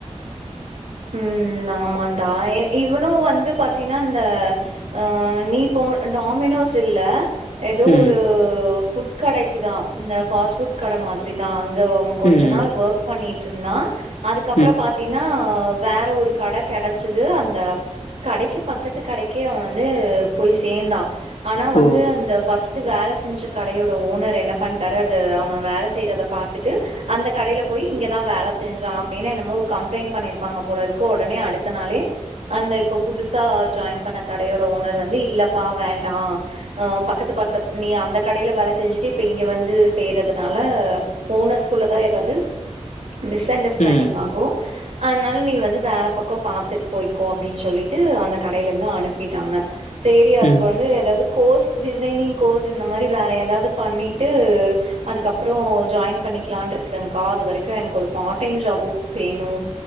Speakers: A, on the right; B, on the left.
A: உம் ஆமாடா இவ் இவ்னு வந்து பாத்தீன்னா இந்த அஹ் நீ போன டாமினோஸ் இல்ல ஏதோ
B: ம்
A: ஒரூ ஃபுட் கடைக்குதா இந்த ஃபாஸ்ட் ஃபுட் கட மாத்ரி தா அங் அங்க அவ கொஞ்ச
B: ம்
A: நாள் ஒர்க் பண்ணிட் ட்டுருந்தா அதுக்கப்புற
B: ம்
A: பாத்தீன்னா ஆஹ்ம் வேற ஒரு கட கெடைச்து அந்த கடைக்கு பக்கத்து கடைக்கே அவன் வந்து போய் சேந்தா ஆனா வந்து
B: ஓ
A: அந்த ஃபஸ்ட் ட்டு வேல செஞ்ச கடையோட ஓனர் என்ன பண்ட்டாரு அது அவன் வேலை செய்யறதை பாத்துட்டு அந்த கடைல போய் இங்கதான் வேலை செஞ்சான் அப்புடின்னு என்னமோ கம்ப்ளைண்ட் பண்ணிரு பாங்க போல இருக்கு ஒடனே அடுத்த நாளே அந்த இப்ப புதுசா ஜாயின் பண்ண கடையோட ஓனர் வந்து இல்லப்பா வேண்டா அ பக்கத்து பக்கத் நீ அந்த கடைல வேல செஞ்சுட்டு இப்ப இங்க வந்து சேர்றதுனால ஓனர்ஸ்குள்ளதா எதாவ்து மிஸ் அண்டர்ஸ்டாண்டிங்
B: ம்
A: ஆகு அத்னால நீ வந்து வேற பக்கோ பாத்துட் போய்க்கோ அப்டின் சொல்லிட்டு அந்த கடைலருந்து அனுப்பிட்டாங்க சேரி அதுக்கு
B: ம்
A: வந்து எதாவ்து கோர்ஸ் டிசைனிங் கோர்ஸ் இந்த மாரி வேற எதாவ்து பண்ணிட்டு அதுக்கப்பறோ ஜாயின் பண்ணிக்கலான்ட்ருக்கறங்க்கா அது வரைக்கு எனக்கு ஒரு பார்ட் டைம் ஜாபு வேணு